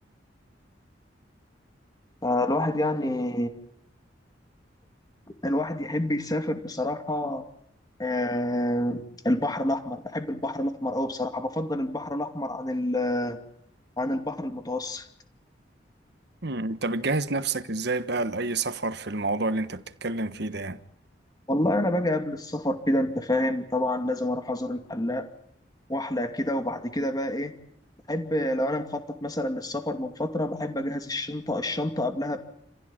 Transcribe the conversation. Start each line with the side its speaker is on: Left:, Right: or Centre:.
Left: فالواحد يعني الواحد يحب يسافر بصراحة آه، البحر الأحمر بحب البحر الأحمر أوي بصراحة بفضل البحر الأحمر عن ال- عن البحر المتوسط
Right: مم. انت بتجهز نفسك ازاي بقى لأي سفر في الموضوع اللي انت بتتكلم فيه ده يعني
Left: والله انا باجي قبل السفر كده انت فاهم طبعا لازم اروح ازور الحلاق واحلق كده وبعد كده بقى ايه بحب لو انا مخطط مثلا للسفر من فتره بحب اجهز الشنطه الشنطه قبلها